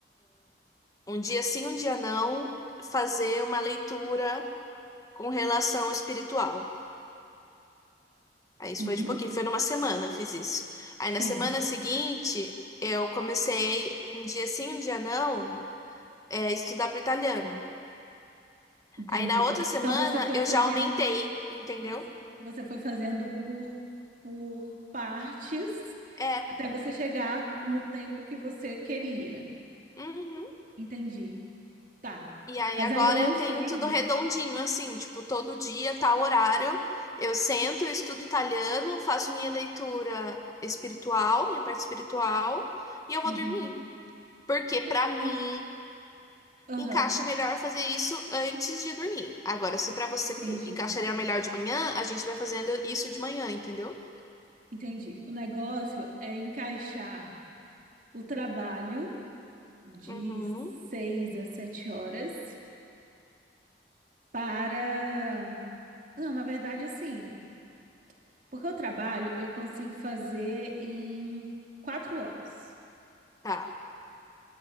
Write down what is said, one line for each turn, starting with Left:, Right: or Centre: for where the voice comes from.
Left: um dia sim, um dia não, fazer uma leitura com relação espiritual. Aí isso
Right: uhum,
Left: foi de pouquinho, foi numa semana eu fiz isso. Aí
Right: sim,
Left: na semana seguinte eu comecei um dia sim, um dia não, é, estudar para italiano.
Right: entendi.
Left: Aí na outra semana
Right: Então você foi
Left: eu
Right: fazendo,
Left: já aumentei, entendeu?
Right: você, você foi fazendo por, por partes
Left: É.
Right: até você chegar no tempo que você queria,
Left: Uhum.
Right: entendi, tá.
Left: E aí
Right: Mas
Left: agora
Right: aí eu não
Left: eu
Right: sei,
Left: tenho tudo redondinho, assim, tipo, todo dia, tal horário, eu sento, eu estudo italiano, faço minha leitura espiritual, minha parte espiritual, e eu vou
Right: uhum.
Left: dormir. Porque
Right: E-
Left: pra mim
Right: E Aham,
Left: encaixa melhor fazer isso antes de dormir. Agora, se pra você
Right: entendi,
Left: eh, encaixaria melhor de manhã, a gente vai fazendo isso de manhã, entendeu?
Right: entendi. O negócio é encaixar o trabalho de
Left: Uhum,
Right: seis a sete horas para. Não, na verdade, assim, porque o trabalho eu consigo fazer em quatro horas.
Left: tá.